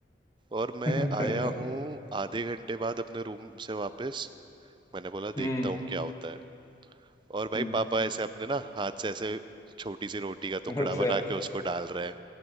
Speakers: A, on the right; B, on the left.
A: और मैं
B: हम्म
A: आया हूँ आधे घंटे बाद अपने रूम से वापस मैंने बोला
B: हम्म,
A: देखता हूँ क्या होता है और भाई
B: हम्म,
A: पापा ऐसे अपने ना हाथ से ऐसे छोटी सी रोटी का टुकड़ा
B: अच्छा
A: बना के उसको डाल रहे हैं